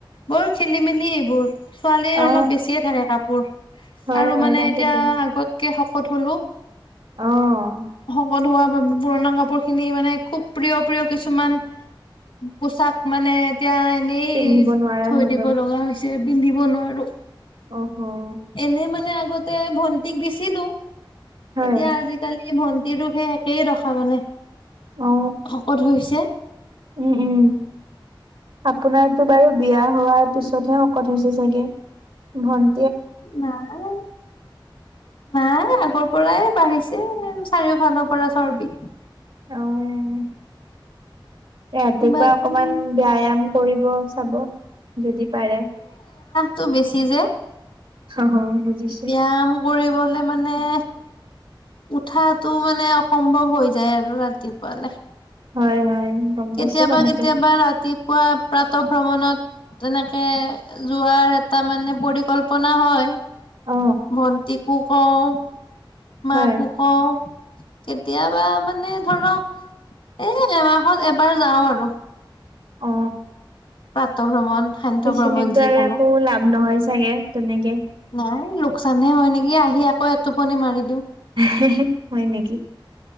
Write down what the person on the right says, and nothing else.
অ
হয়
হয়
তাকেতো
অহ।
পিন্ধিব নোৱাৰা
হৈ
গ'ল
অহ হ'।
হয়
অ
উম উম', আপোনাৰ টো বাৰু বিয়া হোৱা পিছতহে শকত হৈছে চাগে, ভন
অহ', ৰাতিপুৱা
অকমান ব্যায়াম কৰিব চাব, যদি পাৰে
অ বুজিছো
হয়, হয়। গম পাইছো
কথাটো
অ
হয়
অ
সেইখিনিতো
আৰু একো লাভ নহয় চাগে, তেনেকে
হে, হে, হে, হয় নেকি।